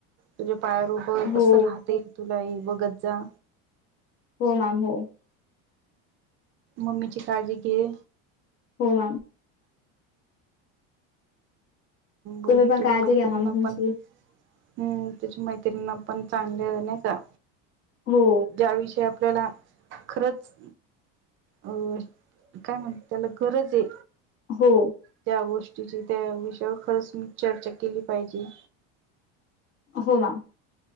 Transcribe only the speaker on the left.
हो
हो मॅम हो.
हो मॅम.
तुम्ही पण
काळजी
घ्या मॅम तुमची
हो.
हो.
हो ना.